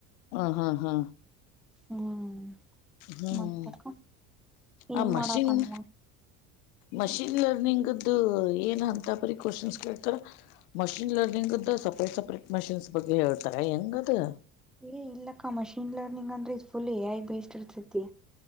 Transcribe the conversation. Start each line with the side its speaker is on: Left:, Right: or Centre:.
Left: ಹಾ ಹಾ ಹಾ
Centre: ಹ್ಮ್
Left: ಹ್ಮ್
Centre: ಮತ್ತಕ್ಕ ಏನ್
Left: ಆ ಮಶೀನ್
Centre: ಮಾಡಾತನವ
Left: ಮಷಿನ್ ಲರ್ನಿಂಗ್್ದು ಏನ್ ಅಂತ ಬರಿ ಕ್ವಶನ್ಸ್ ಕೇಳ್ತಾರ ಮಷಿನ್ ಲರ್ನಿಂಗ್ ಹಂಗ ಸಪ್ರೇಟ್ ಸಪ್ರೇಟ್ ಮಷಿನ್ಸ್ ಬಗ್ಗೆ ಹೇಳ್ತಾರೆ ಹೆಂಗದು
Centre: ಇ ಇಲ್ಲಕ್ಕ ಮಷೀನ್ ಲರ್ನಿಂಗ್ ಅಂದ್ರೆ ಇದು ಫುಲ್ ಎಐ ಬೇಸ್ಟ್ ಇರ್ತೈತಿ